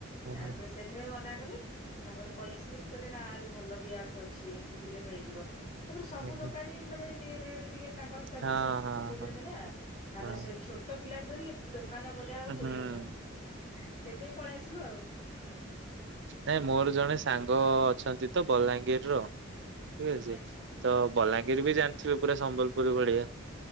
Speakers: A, on the left; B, on the right.
A: ତାପରେ
B: ଓହୋ
A: ସେ ସ୍ଵାମି ମନାକଲେ, ତାପରେ ପଳେଇ ଆସିଲି ମୁଁ କହିଲି ନା ଆହୁରି ଭଲ ବି ୟାଠୁ ଅଛି। ସେତିକିରେ ମିଳିଯିବ ତାପରେ ସବୁ
B: ଆଜ୍ଞା
A: ଦୋକାନୀ ମାନେ ଟିକେ ରେଟ ଟିକେ ତାଙ୍କ ହିସାବ
B: ହଁ
A: ରେ ସେ ପକଉଛନ୍ତି
B: ହଁ
A: ନା ତାପରେ
B: ହଁ
A: ସେ ଛୋଟ ପିଲାକୁ ଧରି ଏତେ ଦୋକାନ ବ ଯା ଆଉ
B: ହଁ
A: ବୁଲି
B: ହୁଁ।
A: ହବନି ସେଥିପାଇଁ ପଳେଇ ଆସିଲୁ ଆଉ
B: ନାଇଁ ମୋର ଜଣେ ସାଙ୍ଗ ଅଛନ୍ତି ତ ବଲାଙ୍ଗୀର ରୁ ଠିକ୍
A: ଆଚ୍ଛା
B: ଅଛି
A: ଆଚ୍ଛା
B: ତ ବଲାଙ୍ଗୀର ବି ଜାଣିଥିବେ ପୁରା ସମ୍ବଲପୁର ଭଳିଆ